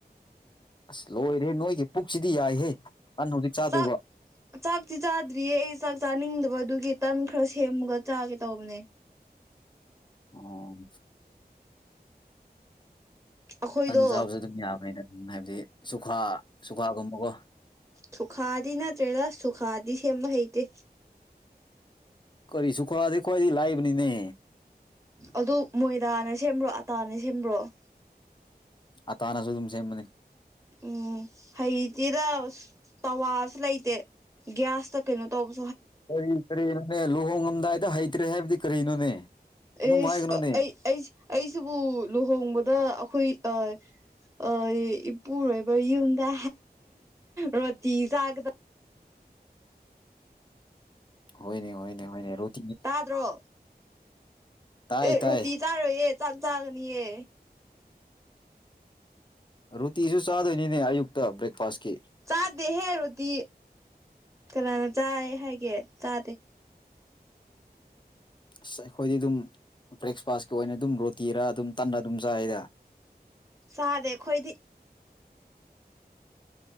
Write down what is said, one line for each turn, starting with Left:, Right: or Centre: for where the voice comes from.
Left: ꯑꯁ ꯂꯣꯏꯔꯦ ꯅꯣꯏꯒꯤ ꯄꯨꯛꯁꯤꯗꯤ ꯌꯥꯏꯍꯦ ꯇꯟ ꯍꯧꯖꯤꯛ ꯆꯥꯗꯣꯏꯕ
Right: ꯆꯥꯛ ꯆꯥꯛꯇꯤ ꯆꯥꯗ꯭ꯔꯤꯌꯦ ꯑꯩ ꯆꯥꯛ ꯆꯥꯅꯤꯡꯗꯕꯗꯨ ꯒꯤ ꯇꯟ ꯈꯔ ꯁꯦꯝꯃꯒ ꯆꯥꯒꯦ ꯇꯧꯕꯅꯦ
Left: ꯑꯣ
Right: ꯑꯩꯈꯣꯏꯗꯣ
Left: ꯇꯟ ꯆꯥꯕꯁꯨ ꯑꯗꯨꯝ ꯌꯥꯕꯅꯤꯅ ꯍꯥꯏꯕꯗꯤ ꯆꯨꯈꯥ ꯆꯨꯈꯥꯒꯨꯝꯕꯀꯣ
Right: ꯁꯨꯈꯥꯗꯤ ꯅꯠꯇ꯭ꯔꯦꯔ ꯁꯨꯈꯥꯗꯤ ꯁꯦꯝꯕ ꯍꯩꯇꯦ
Left: ꯀꯔꯤ ꯁꯨꯈꯥꯗꯤ ꯈ꯭ꯋꯥꯗꯤ ꯈ꯭ꯋꯥꯏꯗꯤ ꯂꯥꯛꯕꯅꯤꯅꯦ
Right: ꯑꯗꯨ ꯃꯣꯏꯗꯥꯅ ꯁꯦꯝꯕ꯭ꯔꯣ ꯑꯇꯥꯅꯦ ꯁꯦꯝꯕ꯭ꯔꯣ
Left: ꯑꯇꯥꯅꯁꯨ ꯑꯗꯨꯝ ꯁꯦꯝꯕꯅꯦ
Right: ꯎꯝ ꯍꯩꯇꯤꯗ ꯑꯁ ꯇꯋꯥ ꯂꯩꯇꯦ ꯒ꯭ꯌꯥꯁꯇ ꯀꯩꯅꯣ ꯇꯧꯕ
Left: ꯀꯔꯤ ꯀꯔꯤꯅꯣꯅꯦ ꯂꯨꯍꯣꯡꯉꯝꯗꯥꯏꯗ ꯍꯩꯇ꯭ꯔꯦ ꯍꯥꯏꯕꯗꯤ ꯀꯔꯤꯅꯣꯅꯦ ꯑꯗꯨꯝ
Right: ꯑꯦꯁ
Left: ꯍꯥꯏꯒꯅꯨꯅꯦ
Right: ꯑꯩ ꯑꯩ ꯑꯩꯁꯤꯕꯨ ꯂꯨꯍꯣꯡꯕꯗ ꯑꯈꯣꯏ ꯑ ꯑ ꯏꯄꯨꯔꯣꯏꯕ ꯌꯨꯝꯗ ꯔꯣꯇꯤ ꯆꯥꯒꯗ
Left: ꯍꯣꯏꯅꯦ ꯍꯣꯏꯅꯦ ꯍꯣꯏꯅꯦ ꯔꯨꯠ
Right: ꯇꯥꯗ꯭ꯔꯣ
Left: ꯇꯥꯏ
Right: ꯑꯦ
Left: ꯇꯥꯏ
Right: ꯔꯣꯇꯤ ꯆꯥꯔꯣꯏ ꯌꯦ ꯆꯥꯛ ꯆꯥꯒꯅꯤꯌꯦ
Left: ꯔꯨꯇꯤꯁꯨ ꯆꯥꯗꯣꯏꯅꯤꯅꯦ ꯑꯌꯨꯛꯇ ꯕ꯭ꯔꯦꯛꯐꯥꯁꯀꯤ
Right: ꯆꯥꯗꯦ ꯍꯦ ꯔꯣꯇꯤ ꯀꯅꯥꯅ ꯆꯥꯏ ꯍꯥꯏꯒꯦ ꯆꯥꯗꯦ
Left: ꯑꯁ ꯑꯩꯈꯣꯏꯗꯤ ꯑꯗꯨꯝ ꯕ꯭ꯔꯦꯛꯐꯥꯁꯀꯤ ꯑꯣꯏꯅ ꯑꯗꯨꯝ ꯔꯣꯇꯤꯔ ꯑꯗꯨꯝ ꯇꯟꯅ ꯑꯗꯨꯝ ꯆꯥꯏꯗ
Right: ꯆꯥꯗꯦ ꯑꯈꯣꯏꯗꯤ